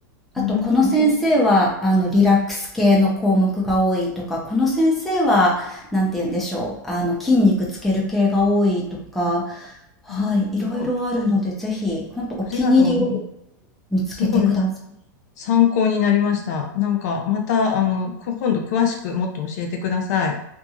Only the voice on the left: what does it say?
なるほど。
うんそう
ありがとうございます。
すごい参考になりました。なんか、また、あの、く今度詳しくもっと教えてください。